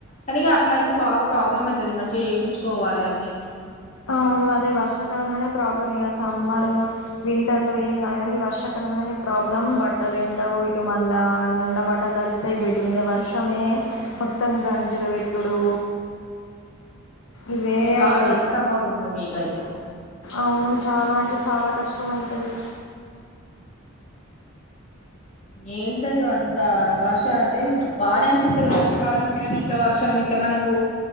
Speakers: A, on the left; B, on the left.
A: కానీక అట్లా అయితే బాగా ప్రాబ్లమ్ అయితది మంచిగా చేయించుకోవాలి అన్నిీ
B: అవును అదే వర్షాకాలంలోనే ప్రాబ్లం ఇక సమ్మర్ వింటర్ లో ఏం కాదు కానీ ఈ వర్షాకాలంంలోనే ప్రాబ్లం బట్టలు ఎండవు ఇటు మళ్ళా ఉన్న బట్టలు తడుపుతాయి బెడ్ మీద వర్షమే మొత్తం గంజులు పెట్టుడు ఇవే
A: చాలా
B: అయితాయి
A: కష్టం అవుతుంది మీకైతే
B: అవును చాలా అంటే చాలా కష్టమ అయితది
A: ఏంటయ్య అంత వర్షం అంటే బాగానే అనిపిస్తది వర్షాకాలం అంటే కానీ ఇట్లా వర్షం ఇట్లా మనకు